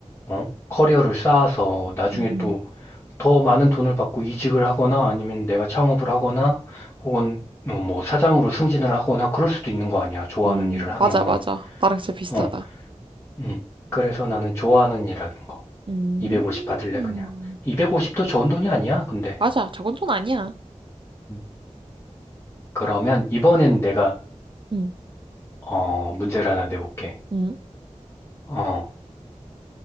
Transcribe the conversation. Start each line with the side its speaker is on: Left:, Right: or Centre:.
Left: 어? 커리어를 쌓아서 나중에
Right: 응, 응,
Left: 또 더 많은 돈을 받고 이직을 하거나 아니면 내가 창업을 하거나 혹은 어, 뭐 사장으로 승진을 하거나 그럴 수도 있는 거 아니야. 좋아하는
Right: 응,
Left: 일을 하면.
Right: 맞아, 맞아. 나랑 진짜 비슷하다.
Left: 어, 음. 그래서 나는 좋아하는 일하는 거.
Right: 음,
Left: 250 받을래, 그냥. 250도 좋은 돈이 아니야, 근데.
Right: 맞아, 저건 돈 아니야.
Left: 음. 그러면 이번엔 내가,
Right: 응,
Left: 어, 문제를 하나 내볼게.
Right: 응,
Left: 어,